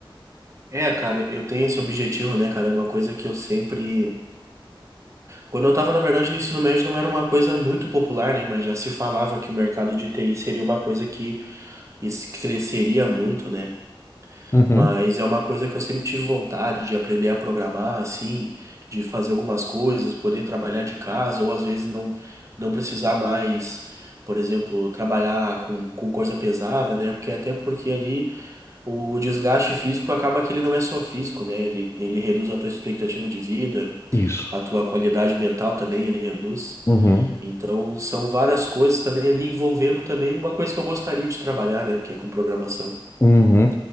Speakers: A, on the right; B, on the left.
A: É, cara, eu tenho esse objetivo, né, cara? É uma coisa que eu sempre. Quando eu tava, na verdade, no ensino médio não era uma coisa muito popular, né? Mas já se falava que o mercado de TI seria uma coisa que es- cresceria muito, né?
B: Uhum.
A: Mas é uma coisa que eu sempre tive vontade de aprender a programar, assim, de fazer algumas coisas, poder trabalhar de casa, ou às vezes não, não precisar mais, por exemplo, trabalhar com, com coisa pesada, né? Porque até porque ali. O desgaste físico acaba que ele não é só físico, né? Ele, ele reduz a tua expectativa de vida,
B: Isso.
A: a tua qualidade mental também ele reduz.
B: Uhum.
A: Então, são várias coisas também ali envolvendo também uma coisa que eu gostaria de trabalhar, né? Que é com programação.
B: Uhum.